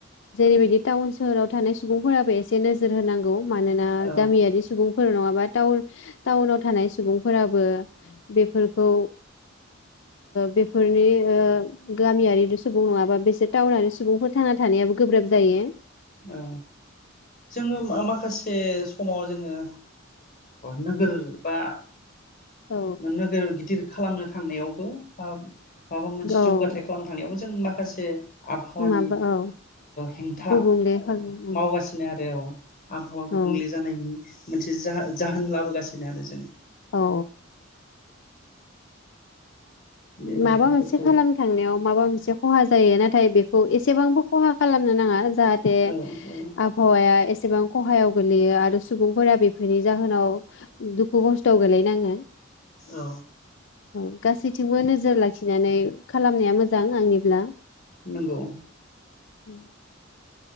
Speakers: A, on the left; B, on the left.
A: जेरैबायदि टाउन सोहोराव थानाय सुबुंफोराबो एसे नोजोर होनांगौ। मानोना
B: औ
A: गामियारि सुबुं फोर माबा <unintelligible> टाउनाव थानाय सुबुंफोराबो बेफोर खौ बेफोरनि गामियारि' सुबुं नङाबा बेसोर टाउनारि सुबुंफोर थांना थानायाबो गोब्राब जायो।
B: औ जोङो माखासे समाव जोङो नोगोर बा
A: औ
B: मोननो गिदिर खालामनो थांनायावबो माबा मोनसे जौगाथाय
A: औ
B: खालाम थांनायावबो जों मा माखासे आबहावानि
A: माबा औ
B: हेंथा
A: गुबुंले खालाम
B: मावगासिनो आरो औ। आबहावा गुबुंले
A: औ
B: जानायनि मोनसे जा जाहोन लाबोगासिनो आरो जों।
A: औ।
B: बे बिफांफोरखौ
A: माबा मोनसे खालाम थांनायाव माबा मोनसे खहा जायो। ना थाय बेखौ एसेबांबो खहा खालामनो नाङा। जाहाथे
B: औ औ
A: आबहावाया एसेबां खहायाव गोलैयो। आरो सुबुंफोरा बेफोरनि जाहोनाव दुख खस्त गैलै नाङो
B: औ
A: औ गासै थिंबो नोजोर लाखिनानै खालामनाया मोजां मोजां आंनिब्ला
B: नंगौ
A: उम